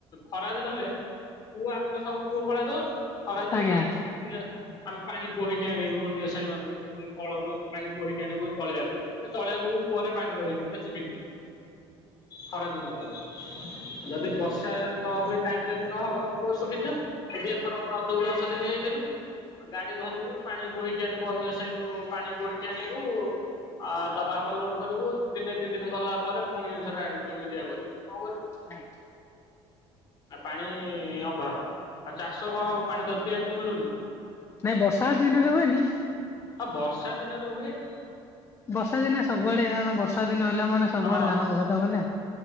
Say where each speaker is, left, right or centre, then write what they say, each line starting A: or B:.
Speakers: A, on the left; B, on the left.
A: ଖରା ଦିନ ହେଲେ ପୁଅ ଆମର ସବୁ କୂଅ ଖୋଳେଇ ଦିବ <unintelligible> ଖରାଦିନ
B: ଆଜ୍ଞା
A: ପାଣି ଶୁଖିଯିବା ଆମେ ପାଣି ବୋହିକି ଆଣିବୁ ଅନ୍ୟ ସାହି ମାନଙ୍କରୁ, ନହେଲେ କଳରୁ ପାଣି ବୋହିକି ଆଣିବୁ ତଳିବା ପାଇଁ ମାନେ ଚଳିଆକୁ ବି କୂଅ ରେ ପାଣି ରହେନି, ମାନେ ଶୁଖିଯିବ ଖରା ଦିନ ହେଲେ
B: ବର୍ଷା
A: ଯଦି ବର୍ଷା ନ ହୁଏ, ଟାଇମରେ ଯଦି ନହବ କୂଅ ଶୁଖିଯିବ। ହେଇଟି ଏଥର ମ ରଜକୁ ଦଶ ଦିନ ଯାଇଥିଲୁ। ଆଉ ଗାଡି ଧରିବୁ, ପାଣି ବୋହିକି ଆଣିବୁ, ଅନ୍ୟ ସାଇରୁୁ ପାଣି ବୋହିକି ଆଣିବୁ। ଆ ଡବା ଫବା ଲୋଡ କରିବୁ, ଦିନେ ଦି ଦିନ ଗଲା ପରେ ପୁଣିଥରେ ଆଣିବୁ, ଏମିତିଆ କରିବୁ, କଣ କରିବୁ
B: ହଁ।
A: ଆ ପାଣି ଅଭାବ, ଆଉ ଚାଷ କଣ ହବ? ପାଣି ତ ପିଇବାକୁ ମିଳୁନି।
B: ନାଇଁ ବର୍ଷା ଦିନରେ ହୁଏନି
A: ଆଉ ବର୍ଷା ଦିନରେ ହୁଏ।
B: ବର୍ଷା ଦିନେ ସବୁଆଡେ କାରଣ, ବର୍ଷା ଦିନ ହେଲା ମାନେ ସବୁଆଡେ
A: ହଁ
B: ଧାନ ଚାଷଟା ହୁଏ ନା।